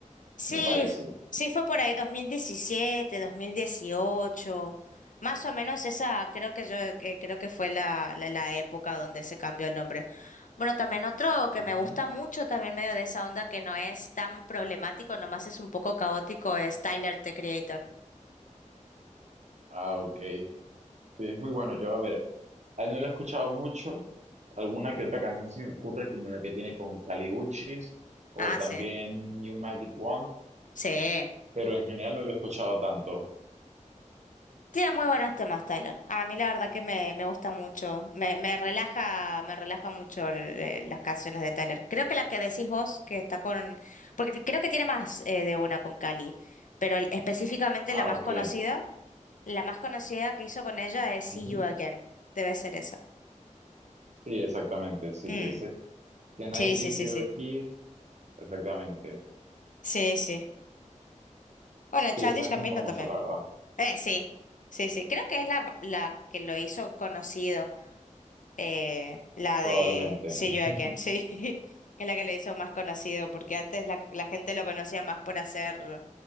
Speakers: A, on the left; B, on the right.
A: Sí,
B: me parece.
A: f- sí fue por ahí dos dos mil diecisiete, dos mil dieciocho, más o menos esa creo que yo que creo que fue la, la, la época donde se cambió el nombre. Bueno, también otro que
B: Ujú.
A: me gusta mucho, también medio de esa onda que no es tan problemático, nomás es un poco caótico, es Tyler, The Creator.
B: Ah, ok. Sí, es muy bueno. Yo, a ver, A él no lo he escuchado mucho. Alguna que otra canción se me ocurre, como la que tiene con Caliuchis o
A: Ah,
B: también
A: sí,
B: New Magic Wand,
A: sí.
B: pero en general no lo he escuchado tanto.
A: Tiene muy buenos temas, Tyler. A mí la verdad que me, me gusta mucho. Me, me relaja, me relaja mucho el- eh, las canciones de Tyler. Creo que la que decís vos, que está con... Porque te- creo que tiene más eh, de una con Cali, pero el- específicamente
B: Ah,
A: la más
B: ok.
A: conocida, la más conocida que hizo con ella es See
B: Ujú.
A: You Again. Debe ser esa.
B: Sí, exactamente. Sí,
A: Mm,
B: que dice Can
A: Sí,
B: I give
A: sí, sí,
B: you
A: sí.
B: a kiss? Exactamente.
A: Sí, sí. Bueno, Childish
B: Sí, esa es
A: Gambino
B: muy famosa,
A: también.
B: la verdad.
A: Eh, sí. Sí, sí. Creo que es la, la que lo hizo conocido. eh, la
B: Probablemente.
A: de See
B: <laughs>
A: You Again, <laughs> sí, es la que le hizo más conocido, porque antes la, la gente lo conocía más por hacer